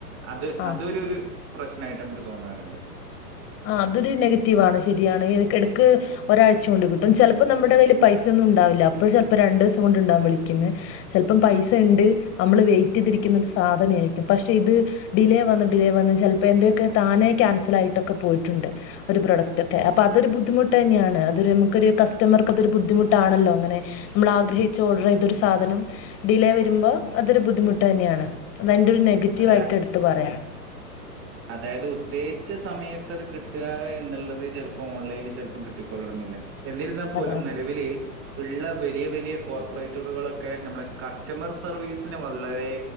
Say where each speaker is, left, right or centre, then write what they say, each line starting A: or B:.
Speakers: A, on the right; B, on the left.
A: അത്
B: ആഹ്
A: അതൊരുരു പ്രശനായിട്ട് നമുക്ക് തോന്നാറുണ്ട്
B: ആഹ് അതൊരു നെഗറ്റീവ് ആണ് ശരിയാണ് എടക്ക്ടക്ക് ഒരാഴ്ച കൊണ്ട് കിട്ടും ചലപ്പോ നമ്മുടെ കയ്യിൽ പൈസയൊന്നും ഉണ്ടാവില്ല അപ്പോ ചിലപ്പോ രണ്ട് ദിസം കൊണ്ട് ണ്ടാകും വിളിക്കിന്ന് ചലപ്പം പൈസണ്ട് നമ്മള് വെയിറ്റ് ചെയ്തിരിക്കുന്ന ഒരു സാധനായിരിക്കും പക്ഷെ ഇത് ഡിലേ വന്ന് ഡിലേ വന്ന് ചലപ്പോ എന്റെയൊക്കെ താനെ ക്യാൻസൽ ആയിട്ടൊക്കെ പോയിട്ടുണ്ട് ഒരു പ്രൊഡക്റ്റ് ഒക്കെ അപ്പൊ അതൊരു ബുദ്ധിമുട്ട് ന്നെയാണ് അത് നമുക്കൊരു കസ്റ്റമർക്ക് അതൊരു ബുദ്ധിമുട്ടാണല്ലോ അങ്ങനെ നമ്മള് ആഗ്രഹിച്ച് ഓർഡർ ചെയ്ത ഒരു സാധനം ഡിലേ വരുമ്പോ അതൊരു ബുദ്ധിമുട്ട് തന്നെയാണ് അത് അതിന്റെ ഒരു നെഗറ്റീവ്
A: അത്
B: ആയിട്ട് എടുത്ത് പറയാം
A: അതായത് ഉദ്ദേശിച്ച സമയത്ത് അത് കിട്ടുക എന്നുള്ളത് ചിലപ്പോ ഓൺലൈനിൽ ചിലപ്പം കിട്ടിക്കൊള്ളണം എന്നില്ല എന്നിരുന്നാൽ പോലും
B: അതാണ്
A: നിലവില് ഉള്ള വലിയ വലിയ കോർപ്പറേറ്ററുകളൊക്കെ നമ്മളെ ക സ്റ്റമർ സർവീസിനെ വളരെ